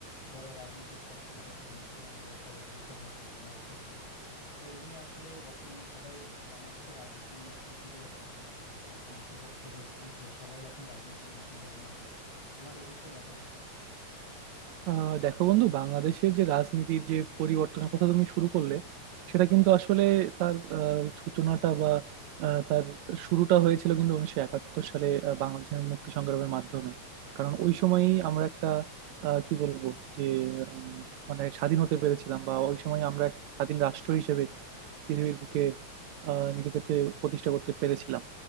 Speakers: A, on the left; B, on the right.
A: বড় রাজনৈতিক পট পরিবর্তন হয়েছে আমাদের একটা অভ্যুত্থান হয়েছে গণ অভ্যুত্থান তো এ নিয়ে আসলে বর্তমানে সবাই বাংলাদেশের রাজনীতি নিয়ে আসলে সিরিয়াস এখন একদম যুবক থেকে বৃদ্ধ সবাই এখন রাজনীতি নিয়ে চিন্তা ভাবনা করে তো তোমার এই বিষয়ে মতামত কি
B: আহ দেখো বন্ধু বাংলাদেশের যে রাজনীতির যে পরিবর্তনের কথা তুমি শুরু করলে সেটা কিন্তু আসলে তার আহ, সূচনাটা বা আহ, তার শুরুটা হয়েছিল কিন্তু উনিশশো একাত্তর সালে আহ, বাংলাদেশের মুক্তি সংগ্রামের মাধ্যমে কারণ ওই সময়ই আমরা একটা আহ, কি বলবো যে উম, মানে স্বাধীন হতে পেরেছিলাম বা ওই সময় আমরা এক স্বাধীন রাষ্ট্র হিসেবে পৃথিবীর বুকে আহ, নিজেদেরকে প্রতিষ্ঠা করতে পেরেছিলাম